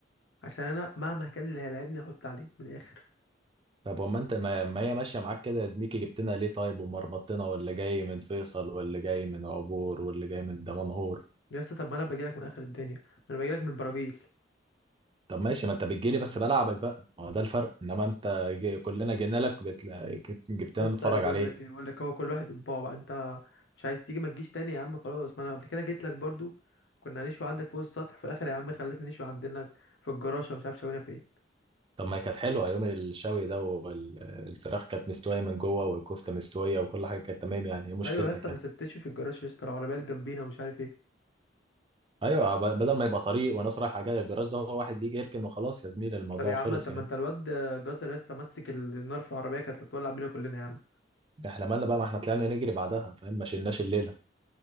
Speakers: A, on the left (about 85°); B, on the right (about 30°).
A: عشان انا مهما كان اللي هيلاعبني احط عليه من الاخر
B: طب وما انت ما ما هي ماشيه معاك كده يا زميكي جبتنا ليه طيب ومرمطتنا واللي جاي من فيصل واللي جاي من عبور واللي جاي من دمنهور
A: يس طب ما انا باجي لك من اخر الدنيا ما انا باجي لك من البراجيل
B: طب ماشي ما انت بتجيلي بس بلعبك بقى ما هو ده الفرق انما انت جي كلنا جينا لك بتلا... كت- جبتنا
A: يس
B: نتفرج
A: بقول
B: عليك
A: لك ايه بقول لك هو كل واحد بطباعه بقى انت مش عايز تيجي ما تجيش تاني يا عم خلاص ما انا قبل كده جيت لك برضو كنا هنشوي عندك فوق السطح في الاخر يا عم خليتنا نشوي عندنا في الجراشه ومش عارف شوينا فين
B: طب ما هي كانت حلوه يوم الشوي ده والفراخ كانت مستويه من جوه والكفته مستويه وكل حاجه كانت تمام يعني ايه مشكلتك
A: ايوه يا اسطى بس
B: يعني
A: بتشوي في الجراج يا اسطى العربيات جنبينا ومش عارف ايه
B: ايوه ب- بدل ما يبقى طريق وناس رايحه جايه الجراج ده هو واحد بيجي يركن وخلاص يا زميلي الموضوع
A: طب يا عم
B: خلص
A: انت ما
B: يعني
A: انت الواد جزر يا اسطى مسك النار في العربيه كانت هتولع بينا كلنا يا عم
B: احنا مالنا بقى ما احنا طلعنا نجري بعدها فاهم ما شلناش الليله